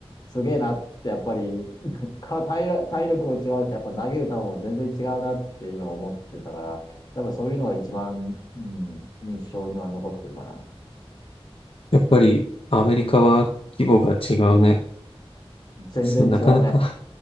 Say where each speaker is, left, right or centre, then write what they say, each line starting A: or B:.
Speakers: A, on the left; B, on the left.
A: すげえなって、やっぱり、<laughs> か体力、体力も違うし、やっぱ投げる球も全然違うなっていうのを思ってたから、やっぱそういうのが一番、うん、印象には残ってるかな。
B: やっぱり、アメリカは規模が違うね。
A: 全然違うね。
B: そのなかなか